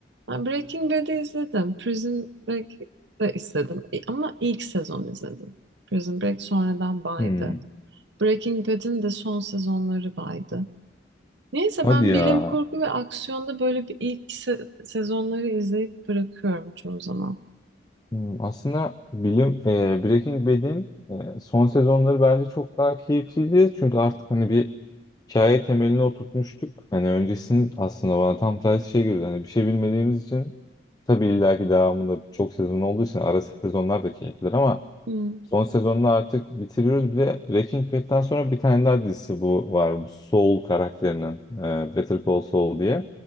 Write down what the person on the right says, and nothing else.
Ben Breaking Bad'i izledim. Prison Break'i de izledim. E, Ama ilk sezon izledim. Prison Break sonradan baydı.
Breaking Bad'in de son sezonları baydı. Neyse
ben bilim
kurgu ve aksiyonda böyle bir ilk se- sezonları izleyip bırakıyorum çoğu zaman.
Hmm.